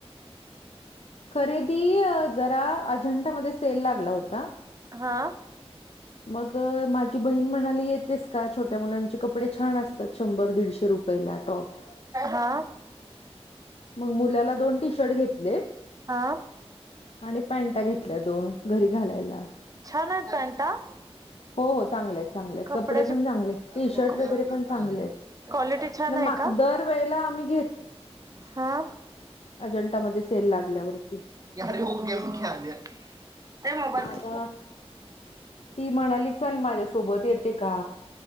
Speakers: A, on the left; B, on the right.
A: <unintelligible> खरेदी जरा अजंठामध्ये सेल लागला होता.
B: हा!
A: मग माझी बहीण म्हणाली येतेस का? छोट्या मुलांचे कपडे छान असतात शंभर दीडशे रुपये पहिला टॉप.
B: हा!
A: मग मुलाला दोन टी शर्ट घेतले,
B: हा
A: आणि पॅन्टा घेत ल्या दोन घरी घालायला.
B: छान आहेत पॅनटा.
A: हो हो चांगले आहेत चांगले आहेत
B: कपड्या
A: कपडे पण चांगले आहेत
B: आ <unintelligible>
A: टी शर्ट वगैरे पण चांगले आहेत
B: क्वालिटी छान
A: न
B: आहे
A: मा
B: का?
A: दर वेळेला आम्ही
B: हा.
A: अजंटामध्ये सेल लागल्यावरती.
B: यार होऊ घेव ख्याले त्या मोबाईल
A: मग आता
B: फ <unintelligible>
A: ती म्हणाली चल माझ्यासोबत येते का?